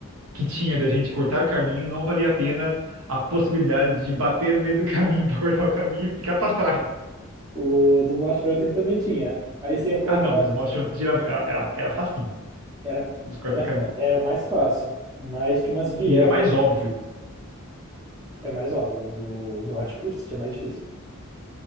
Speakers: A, on the right; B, on the right.
A: que tinha da gente cortar caminho, não valia a pena a possibilidade de bater no meio do caminho <laughs> pra cortar o caminho e ficar pra trás.
B: O do Monty Python também tinha. Aí você ia cortar,
A: Ah, não, mas o Most Wanted era, era, era, era facinho,
B: era,
A: os corta-caminho.
B: era, fa- era mais fácil, mas tinha umas vielas,
A: E era mais óbvio.
B: é mais óbvio. O do, o do Hot Pursuit é mais difícil.